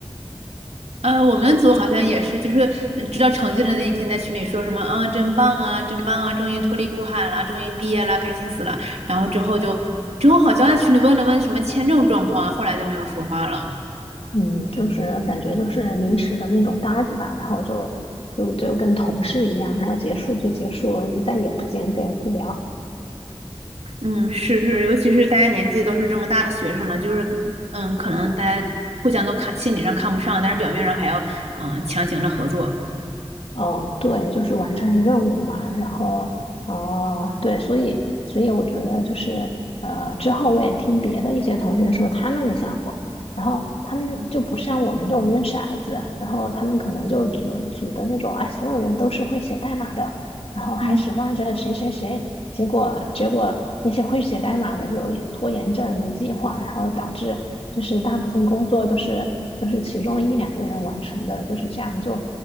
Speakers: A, on the right; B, on the left.
A: 呃，我们组好像也是，就是呃知道成绩的那一天，在群里说什么啊，真棒啊，真棒啊，终于脱离苦海了，终于毕业了，开心死了。然后之后就，之后好像在群里问了问什么签证状况，后来就没有说话了。
B: 嗯，就是感觉就是临时的那种搭子吧，然后就就就跟同事一样，然后结束就结束，再也不见，再也不聊。
A: 嗯，是是，尤其是大家年纪都是这么大的学生了，就是嗯，可能大家互相都看心理上看不上，但是表面上还要嗯强行的合作。
B: 哦，对，就是完成任务嘛，然后，哦、对，所以，所以我觉得就是，呃，之后我也听别的一些同学说他们的项目，然后他们就不像我们这种认识骰子，然后他们可能就组组的那种，哎，所有人都是会写代码的，然后还指望着谁谁谁，
A: 嗯
B: 结果结果那些会写代码的就拖延症、没计划，然后导致就是大部分工作都是都是其中一两个人完成的，就是这样就。